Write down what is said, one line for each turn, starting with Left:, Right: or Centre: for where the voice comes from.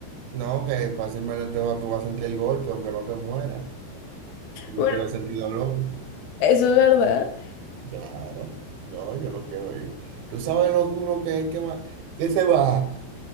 Right: No, que fácilmente te va- tú vas a sentir el golpe aunque no te mueras. Yo
Left: Bueno,
Right: No quiero sentir dolor.
Left: eso es verdad.
Right: Claro. No, yo no quiero ir. ¿Tú sabes lo duro que es que va, que se va?